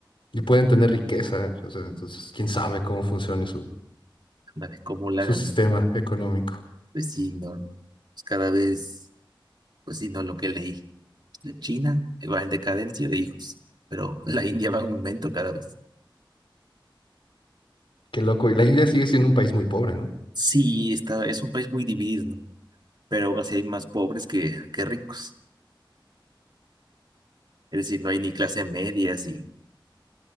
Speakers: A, on the left; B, on the right.
A: y pueden tener riqueza. O sea, entonces, quién sabe cómo funciona su,
B: Ándale, cómo lo
A: su
B: hagan.
A: sistema económico.
B: Pues sí, no. Pues cada vez, pues sí, no, lo que leí. China va en decadencia de hijos, pero <laughs> la India va en aumento cada vez.
A: Qué loco. Y la India sigue siendo un país muy pobre, ¿no?
B: Sí, está, es un país muy dividido, ¿no? Pero aún así hay más pobres que, que ricos. Es decir, no hay ni clase media, así.